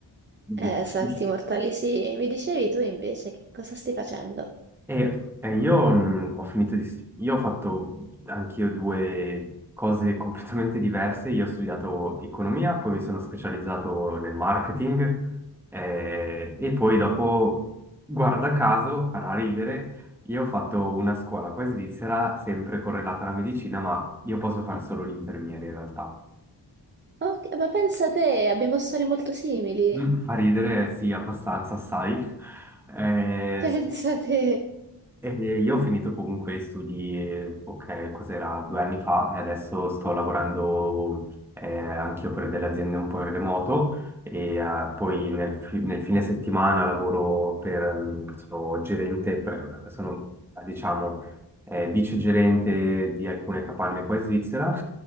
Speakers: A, in the centre; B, on the right.
A: Difficile.
B: Eh, salti mortali, sì. Mi dicevi tu invece che cosa stai facendo?
A: E, e io mh, ho finito di... st- Io ho fatto anch'io due cose completamente diverse. Io ho studiato economia, poi mi sono specializzato nel marketing eh, e poi dopo, guarda caso, farà ridere, io ho fatto una scuola qua in Svizzera, sempre correlata alla medicina, ma io posso fare solo l'infermiere in realtà.
B: Ok, ma pensa te, abbiamo storie molto simili.
A: Mm, Fa ridere, sì, abbastanza, sai. Eh,
B: Pensa te,
A: E io ho finito comunque gli studi, eh, ok, cos'era, due anni fa e adesso sto lavorando eh, anch'io per delle aziende un po' in remoto e eh, poi nel, fi- nel fine settimana lavoro per, mm, sono gerente, pre- sono eh, diciamo eh, vice gerente di alcune capanne qua in Svizzera, <laughs>